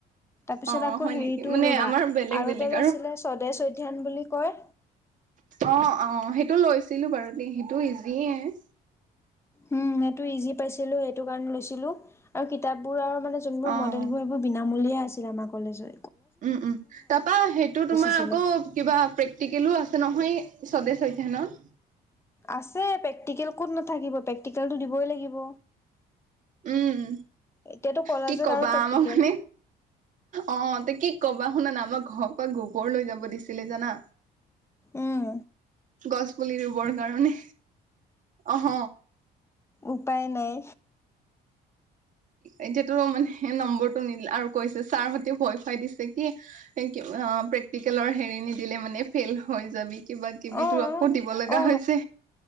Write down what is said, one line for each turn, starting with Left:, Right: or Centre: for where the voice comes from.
Left: তাৰপিছত
Right: অ'
Left: আকৌ
Right: হয়
Left: হেৰিটো
Right: নেকি? মানে
Left: ৰুবা
Right: আমাৰ বেলেগ
Left: আৰু
Right: বেলেগ
Left: এটা যে আছিলে স্বদেশ অধ্যয়ান বুলি কয়।
Right: অ', অ', সেইটো লৈছিলো বাৰু দে সেইটো ইজিয়ে।
Left: উম, সেটো ইজি পাইছিলোঁ সেইটো কাৰণে লৈছিলো আৰু কিতাপবোৰ আৰু মানে যোনবোৰ
Right: অ'
Left: মডেলবোৰ এইবোৰ বিনামূলীয়া আছিল আমাৰ কলেজত।
Right: উম, উম, তাৰাপা সেইটো তোমাৰ
Left: আছিলে
Right: আকৌ কিবা প্ৰেক্টিকেলো আছ তে নহয়ে স্বদেশ অধ্যয়নত।
Left: আছে, প্ৰেক্টিকেল ক'ত নাথাকিব, প্ৰেক্টিকেলটো দিবই লাগিব।
Right: উম।
Left: এতিয়াতো কলেজত
Right: কি কবা
Left: আৰু প্ৰেক্টিকেল
Right: আমাক মানে অ', তে কি কবা শুনা না আমাক ঘৰৰ পৰা গোবৰ লৈ যাব দিছিলে জানা।
Left: উম
Right: গছ পুলি ৰুবৰ কাৰণে অহ।
Left: উপায় নাই।
Right: এতিয়াটো মানে নম্বৰটো নিদিল আৰু কৈছে ছাৰহ'তে ভয় খুৱাই দিছে কি এক অ', প্ৰেক্টিকেলৰ হেৰি নিদিলে মানে ফেইল হৈ যাবি। কিবা কিবিটো
Left: অ
Right: আকৌ দিব লাগা
Left: অ
Right: হৈছে।